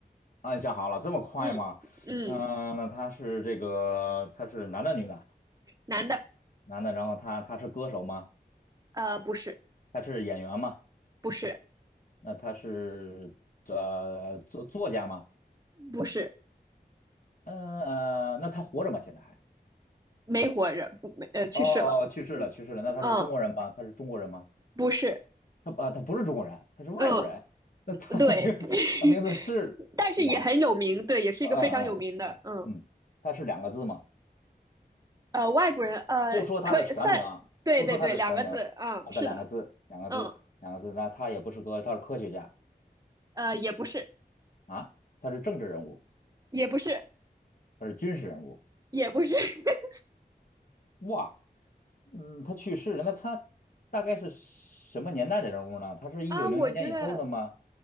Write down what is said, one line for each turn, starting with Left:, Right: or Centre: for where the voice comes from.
Left: 啊，你想好了，这么快吗？
Right: 嗯嗯，
Left: 嗯、那他是这个，他是男的女的？
Right: 男的，
Left: 男的，然后他他是歌手吗？
Right: 呃，不是，
Left: 他是演员吗？
Right: 不是，
Left: 那他是呃作作家吗？
Right: 不是，
Left: 嗯呃，那他活着吗？现在还？
Right: 没活着，不没，呃，去世了，
Left: 哦哦，哦去世了，去世了。那他是中国人吗？
Right: 嗯，
Left: 他是中国人吗？
Right: 不是，
Left: 他啊，他不是中国人，他是外国人。
Right: 嗯，
Left: 那他的名字，
Right: 对，<laughs>
Left: 他名字是两，
Right: 但是也很有名，对，也是一个非常有名的，
Left: 嗯嗯
Right: 嗯，
Left: 嗯，他是两个字吗？
Right: 呃，外国人，呃，
Left: 不说他的全名啊，
Right: 可以算，对对对，
Left: 不说他的全名啊，
Right: 两个字，嗯，是的，
Left: 他两个字，两个字，
Right: 嗯，
Left: 两个字。那他也不是个，他是科学家
Right: 呃，也不是，
Left: 啊，他是政治人物，
Right: 也不是，
Left: 他是军事人物。
Right: 也不是 <laughs>
Left: 哇，嗯，他去世了，那他大概是什么年代的人物呢？他是一九零零年以后的吗？
Right: 啊，我觉得，